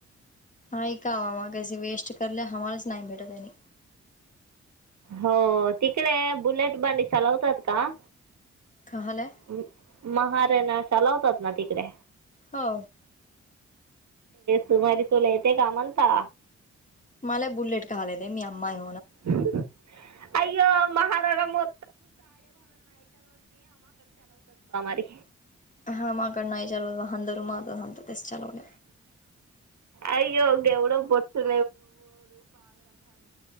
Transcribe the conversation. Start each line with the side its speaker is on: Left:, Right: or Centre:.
Left: ऐका <unintelligible> हवाच नाही भेटतय
Right: हो तिकडे बुलेट बंडी चालवतात का?
Left: कहालाय
Right: <unintelligible> तिकडे
Left: हो
Right: तुम्हारी तो <unintelligible>
Left: मला बुलेट कहा येतेय मी अम्मा आहे
Right: हं हं अय्यो महाराणा मो <unintelligible>
Left: <unintelligible>
Right: अय्यो केवढ मोठं